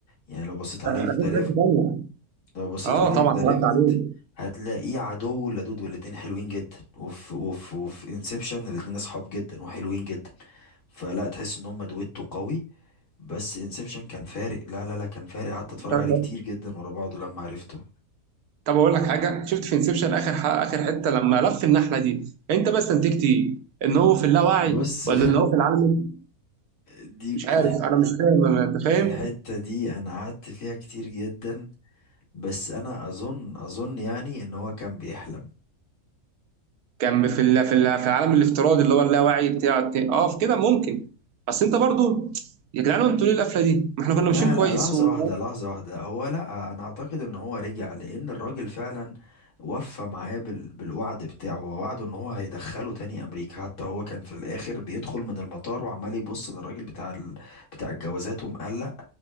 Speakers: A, on the left; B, on the right.
A: يعني لو بصيت عليه في
B: ده
A: ذا
B: في حته ثانيه
A: لو بصيت
B: اه
A: عليه
B: طبعا
A: في ذا
B: اتفرجت
A: ريفننت
B: عليه
A: هتلاقيه عدو ولدود والاتنين حلوين جدا وفي وفي وفي انسبشن الاتنين اصحاب جدا وحلوين جدا فلا تحس ان هم دويتو قوي بس انسبشن كان فارق لا لا لا كان فارق قعدت اتفرج
B: طب
A: عليه كتير جدا ورا بعضه لما عرفته
B: طب اقول لك حاجه شفت في انسبشن اخر ح- اخر حته لما لف النحله دي انت بس استنتجت ايه؟ ان هو في اللاوعي
A: بص
B: ولا ان هو في العالم
A: <laughs> دي
B: مش عارف
A: الح...
B: انا
A: ال-
B: مش فاهم أنا- انت فاهم؟
A: الحتة دي انا قعدت فيها كتير جدا بس انا اظن اظن يعني ان هو كان بيحلم
B: كان في ال- في ال- في العالم الافتراضي اللي هو اللاوعي بتاع بتاع- اه في كده ممكن بس انت برضو يا جدعان انتوا ليه القفله دي؟ ما احنا كنا ماشيين
A: لا لا
B: كويس
A: لحظة
B: و...
A: واحدة لحظة واحدة هو لا أنا أعتقد إن هو رجع لأن الراجل فعلا وفى معاه بال... بالوعد بتاعه ووعده إن هو هيدخله تاني أمريكا حتى هو كان في الآخر بيدخل من المطار وعمال يبص للراجل بتاع ال... بتاع الجوازات ومقلق